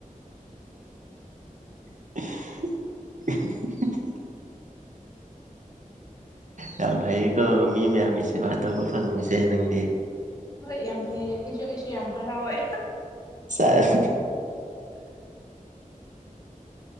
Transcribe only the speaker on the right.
<unintelligible> ꯌꯥꯝ ꯐꯩꯌꯦꯀꯣ ꯃꯤ ꯃꯌꯥꯝꯒꯤ ꯁꯦꯕꯥ ꯇꯧꯕ ꯐꯪꯕꯁꯦ ꯅꯪꯗꯤ
ꯁꯦꯁ